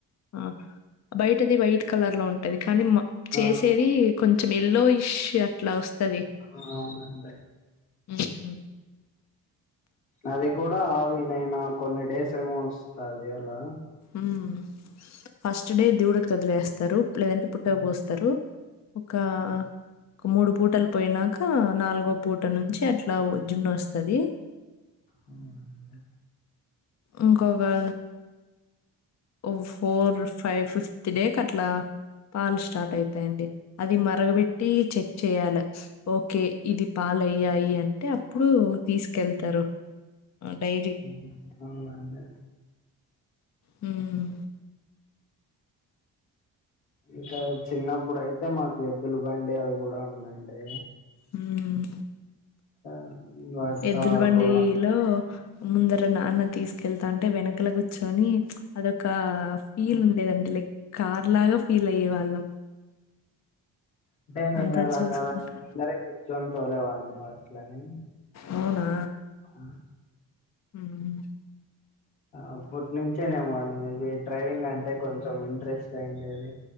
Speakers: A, on the left; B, on the left.
A: ఆ బైటది వైట్ కలర్లో ఉంటది కానీ మ చేసేవి
B: ఆ
A: కొంచెం ఎల్లోఇష్ అట్లా వస్తది
B: ఆ అవునండి
A: మ్మ్
B: అది కుడా <unintelligible> కొన్ని డేస్ ఏమో ఒస్తది అలా
A: మ్మ్ ఫస్ట్ డే దూడకి వదిలేస్తారు లేదంటే పుట్టకు
B: ఆ
A: పోస్తరు ఒకా
B: హ్మ్.
A: ఒక మూడు పూటలు పోయినాక నాల్గో పూట నుంచి అట్లా ఓ జున్నొస్తది
B: అవునండి
A: ఇంకోగా ఓ ఫోర్ ఫై ఫిఫ్త్ డే కట్లా పాలు స్టార్ట్ అయితయండి అది మరగబెట్టి చెక్ చేయాలె ఓకే ఇది పాలయ్యాయి అంటే అప్పుడు తీస్కెళ్తరు ఆ డైలీ
B: మ్మ్ అవునా అండి
A: హ్మ్
B: ఇంకా చిన్నప్పుడయితే మాకు ఎద్దుల బండి అవి గూడా ఉందండి
A: హ్మ్
B: ఆ! వాటితో
A: ఎద్దుల
B: ఆడుకోవడం
A: బండి లో
B: కానీ,
A: ముందర నాన్న తీసుకెళ్తాంటే వెనకల గుచ్చొని అధొకా ఫీల్ ఉ లేదండి లైక్ కార్ లాగా ఫీల్ అయ్యే వాళ్ళం
B: అంటే నేను
A: అంతా
B: అలాగా
A: చూసుకుంటా.
B: ముందరే కూర్చొని తోలేవాన్ని వడ్లని
A: అవునా
B: అవున
A: మ్మ్
B: అప్పటి నుంచేనేమో అండి మేబి డ్రైవింగ్ అంటే కొంచెం ఇంట్రెస్ట్ అయ్యుండేది